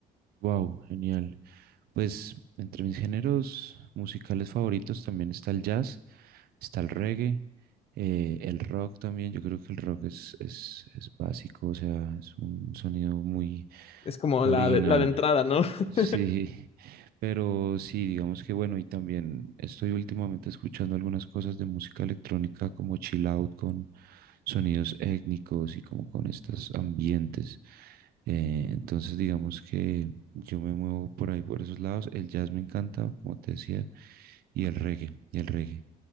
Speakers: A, on the right; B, on the left.
A: Wow, genial. Pues entre mis géneros musicales favoritos también está el jazz, está el reggae, eh, el rock también. Yo creo que el rock es, es, es básico, o sea, es un sonido muy
B: Es como
A: original,
B: la de, la de entrada, ¿no? <laughs>
A: Sí, pero sí, digamos que bueno, y también estoy últimamente escuchando algunas cosas de música electrónica como chill out con sonidos étnicos y como con estos ambientes. Eh, entonces, digamos que yo me muevo por ahí, por esos lados. El jazz me encanta, como te decía, y el reggae, y el reggae.